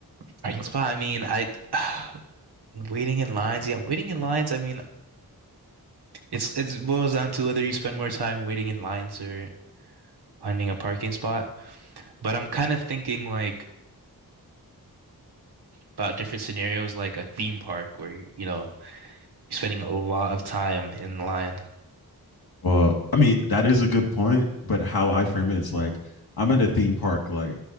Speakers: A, on the right (about 85°); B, on the left (about 70°).
A: Parking spot. I mean, I <sighs> waiting in lines. Yeah, waiting in lines. I mean, it's it boils down to whether you spend more time waiting in lines or finding a parking spot. But I'm kind of thinking like about different scenarios, like a theme park where you know you're spending a lot of time in line.
B: Well, I mean, that is a good point, but how I frame it is like I'm at a theme park like